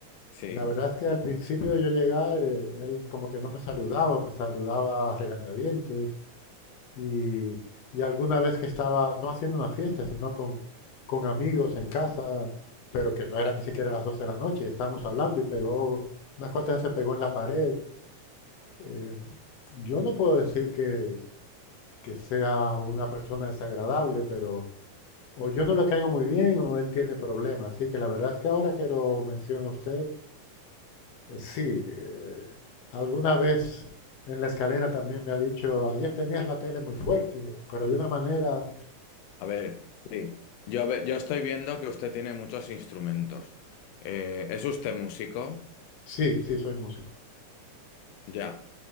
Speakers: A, on the left; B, on the left.
A: Sí.
B: la verdad es que al principio de yo llegar, eh, él como que no me saludaba, o me saludaba a regañadientes. Y, y alguna vez que estaba, no haciendo una fiesta, sino con, con amigos en casa, pero que no era ni siquiera las 12 de la noche, y estábamos hablando y pegó, unas cuantas veces pegó en la pared. Eh, yo no puedo decir que, que sea una persona desagradable, pero o yo no le caigo muy bien o él tiene problemas. Así que la verdad es que ahora que lo menciona usted, eh, sí, eh, alguna vez en la escalera también me ha dicho, ayer tenías la tele muy fuerte, pero de una manera
A: A ver, sí. Yo, ve- yo estoy viendo que usted tiene muchos instrumentos. Eh, ¿es usted músico?
B: Sí, sí, soy músico.
A: Ya.